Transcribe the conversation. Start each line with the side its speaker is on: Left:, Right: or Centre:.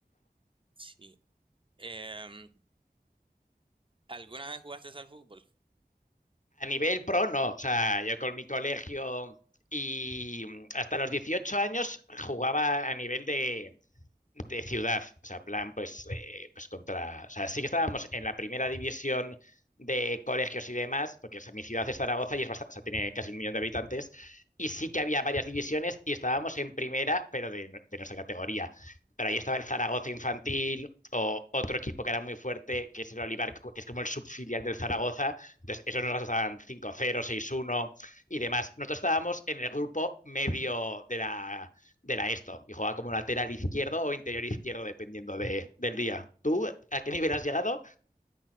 Right: Sí. Em, ¿Alguna vez jugaste al fútbol?
Left: A nivel pro, no, o sea, yo con mi colegio y mm, hasta los 18 años jugaba a nivel de, de ciudad, o sea, plan, pues, eh, pues contra, o sea, sí que estábamos en la primera división de colegios y demás, porque o sea, mi ciudad es Zaragoza y es bastante, o sea, tiene casi un millón de habitantes, y sí que había varias divisiones y estábamos en primera, pero de, de nuestra categoría. Pero ahí estaba el Zaragoza Infantil o otro equipo que era muy fuerte, que es el Olivar, que es como el subfilial del Zaragoza. Entonces, esos nos estaban cinco cero seis uno y demás. Nosotros estábamos en el grupo medio de la de la esto y juega como lateral izquierdo o interior izquierdo dependiendo de, del día. ¿Tú a qué nivel has llegado?